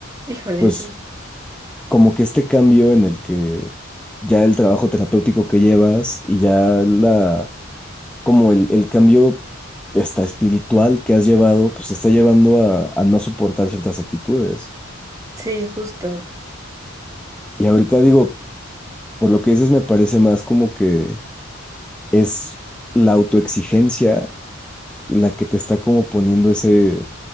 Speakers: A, on the right; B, in the centre.
A: Híjole,
B: pues...
A: sí.
B: como que este cambio en el que ya el trabajo terapéutico que llevas y ya la, como el, el cambio hasta espiritual que has llevado, pues te está llevando a, a no soportar ciertas actitudes.
A: Sí, justo.
B: Y ahorita digo, por lo que dices, me parece más como que es la autoexigencia la que te está como poniendo ese,